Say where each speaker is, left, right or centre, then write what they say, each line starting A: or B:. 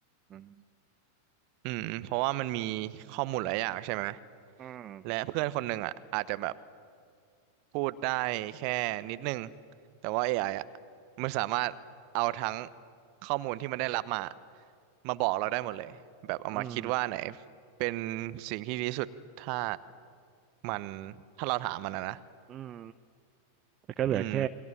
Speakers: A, on the right (about 30°); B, on the right (about 45°).
A: อืม
B: อืมเพราะว่ามันมีข้อมูลหลายอย่างใช่ไหม
A: อืม
B: และเพื่อนคนหนึ่งอะอาจจะแบบ พูดได้แค่นิดนึงแต่ว่าเ AI ออ่ะมันสามารถเอาทั้งข้อมูลที่มันได้รับมามาบอกเราได้หมดเลยแบบเอามาคิดว่าไหน
A: อืม
B: เป็นสิ่งที่ดีที่สุดถ้ามันถ้าเราถามมันนะนะ
A: อืม มันก็เหลือแค่
B: อืม